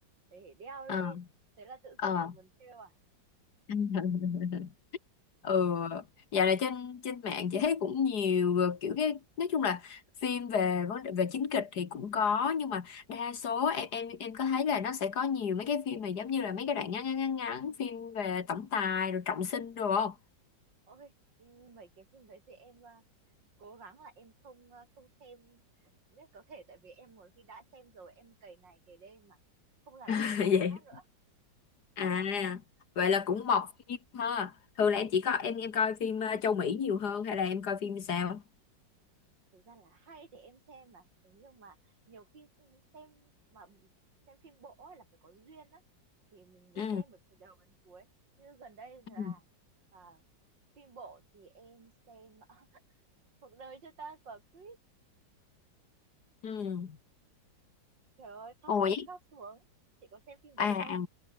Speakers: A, on the right (about 75°); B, on the left (about 60°).
A: để đeo
B: Ờ.
A: lên thế là tự
B: Ờ.
A: dưng em muốn thêu à
B: <laughs> ừ dạo này trên trên mạng chị thấy cũng nhiều ờ, kiểu cái nói chung là phim về vấn đề về chính kịch thì cũng có nhưng mà đa số em em em có thấy là nó sẽ có nhiều mấy cái phim mà giống như là mấy cái đoạn ngắn ngắn ngắn ngắn phim về tổng tài rồi trọng sinh rồi không
A: ôi ừ, mấy cái phim đấy thì em ờ, cố gắng là em không ờ, không xem nhất có thể tại vì em một khi đã xem rồi em cày ngày cày đêm mà không làm
B: <laughs>
A: được việc
B: Vậy.
A: gì khác nữa
B: À,
A: <laughs>
B: vậy là cũng mọc phim ha. Thường là em chỉ có em em coi phim ờ, châu Mỹ nhiều hơn hay là em coi phim sao?
A: thực ra là hay thì em xem mà nhưng mà nhiều khi xem mà xem phim bộ ấy là phải có duyên á thì mình mới
B: Ừ.
A: xem được từ đầu đến cuối như gần đây là
B: Ừ.
A: à, phim bộ thì em xem à, cuộc đời cho ta quả quýt
B: Ừ.
A: trời ơi khóc
B: Ồ
A: lên
B: vậy.
A: khóc xuống chị có xem phim đấy
B: À, à
A: không